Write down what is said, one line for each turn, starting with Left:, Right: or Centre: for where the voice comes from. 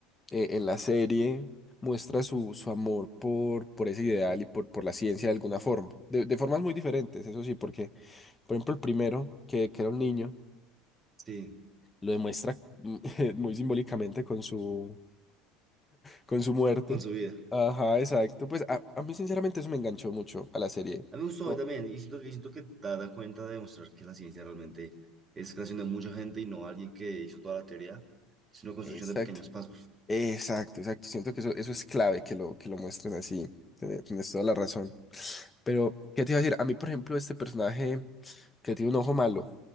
Left: eh, en la serie muestra su, su amor por, por ese ideal y por, por la ciencia de alguna forma, de, de formas muy diferentes, eso sí, porque, por ejemplo, el primero, que, que era un niño,
Right: sí,
Left: lo demuestra mm, <laughs> muy simbólicamente con su, con su muerte.
Right: con su vida.
Left: Ajá, exacto. Pues a, a mí sinceramente eso me enganchó mucho a la serie.
Right: A mí me gustó
Left: Oh,
Right: hoy también, y siento, y siento que da, da cuenta de demostrar que la ciencia realmente es creación de mucha gente y no alguien que hizo toda la teoría, sino construcción
Left: Exacto.
Right: de pequeños pasos.
Left: Exacto, exacto. Siento que eso, eso es clave que lo, que lo muestren así. Tiene- Tienes toda la razón. Pero, ¿qué te iba a decir? A mí, por ejemplo, este personaje que tiene un ojo malo,